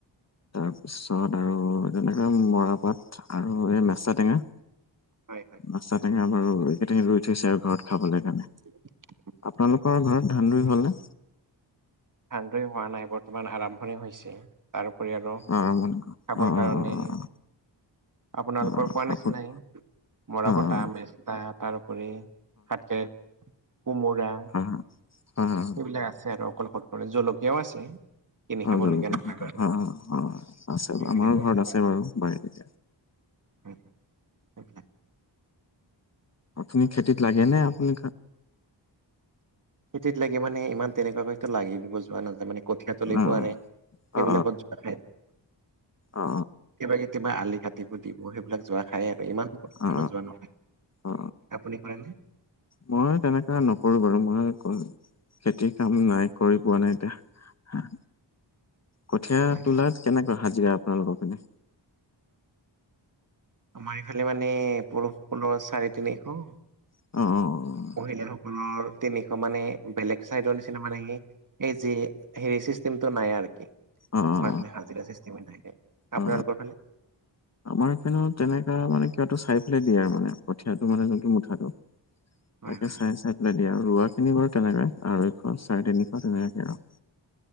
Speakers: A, on the left; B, on the right.
A: তাৰপিছত আৰু তেনেকে মৰাপাট আৰু এই মেচা টেঙা।
B: হয় হয়
A: মৈছা টেঙা আমাৰ <unintelligible> ৰুই থৈছে আৰু ঘৰত খাবলে কাৰণে।
B: <inaudible>
A: আপোনালোকৰ ঘৰত ধান ৰুই হ'ল নে।
B: ধান ৰুই হোৱা নাই, বৰ্তমান আৰম্ভণি হৈছে। তাৰউপৰি আৰু খাবৰ
A: অ', মানে অ', অ', অ',
B: কাৰণে
A: অ',
B: আপোনালোকৰ
A: অ', অ',
B: কোৱা নিচিনাই,
A: আপো-
B: মৰা
A: অ
B: পতা মেচতা তাৰউপৰি <unintelligible> কোমোৰা।
A: উম, হম- হম।
B: <unintelligible> আছে আৰু অকল <unintelligible> জলকীয়াও আছে। কিনি
A: অ',
B: খাবলগীয়া
A: জলকীয়া
B: নহয় বাৰু
A: অ', অ', আছে
B: সেইবিলাকে
A: আমাৰো
B: আৰু।
A: ঘৰত আছে বাৰু বাৰীত।
B: <inaudible>
A: আপুনি খেতিত লাগে নে আপুনি
B: খেতিত লাগে মানে ইমান তেনেকুৱাকৈটো লাগি দিব যোৱা নাযায় মানে কঠীয়া তলি
A: অ
B: পোৱা নাই, সেইবিলাকত
A: অ
B: <unintelligible>
A: অ অ
B: কেতিয়াবা-কেতিয়াবা আলি কাটিব দিম। মই সেইবিলাক যোৱা খাইয়ে আকৌ, ইমান <unintelligible>
A: অ
B: যোৱা নাখায়,
A: অ
B: আপুনি কৰেনে।
A: মই তেনেকা নকৰো বাৰু, মই ক খেতিৰ কাম নাই, কৰি পোৱা নাই এতিয়া, হা। কঠীয়া
B: হয়
A: তোলাত
B: হয়
A: কেনেকুৱা হাজিৰা আপোনালোকৰ পিনে।
B: আমাৰ ইফালে মানে পুৰুষসকলৰ চাৰে তিনিশ।
A: অ', অ', অ'।
B: মহিলাসকলৰ তেনেকুৱা মানে বেলেগ চাইডৰ নিচিনা মানে সেই এই যে হেৰি চিষ্টেম তোৰ নাই আৰু কি
A: অ', অ'।
B: আমাৰ ফালে হাজিৰা চিষ্টেমে থাকে,
A: অ অ
B: আপোনালোকৰ ফালে।
A: আমাৰ পিনেও তেনেকা মানে কিবাটো চাই পেলাই দিয়ে আৰু মানে, কঠীয়াটো মানে যোনটো মুঠাটো তাকে
B: হয় হয়
A: চাই- চাই <unintelligible> দিয়ে আৰু, ৰোৱা খিনি বাৰু তেনেকাই আঢ়ৈশ, চাৰে তিনিশ তেনেকে আও।